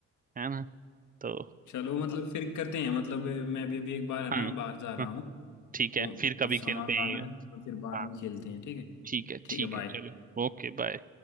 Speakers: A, on the right; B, on the left.
A: है ना तो
B: चलो मतलब फिर करते हैं मतलब मैं भी अभी एक बार है
A: हाँ
B: ना बाहर जा रहा
A: हाँ,
B: हूँ
A: ठीक
B: तो
A: है फिर कभी
B: कुछ सामान
A: खेलते हैं
B: लाना
A: ये।
B: है तो फिर बाद
A: हाँ
B: में खेलते हैं ठीक है
A: ठीक है
B: ठीक
A: ठीक
B: है
A: है
B: बाय
A: चलो ओके बाय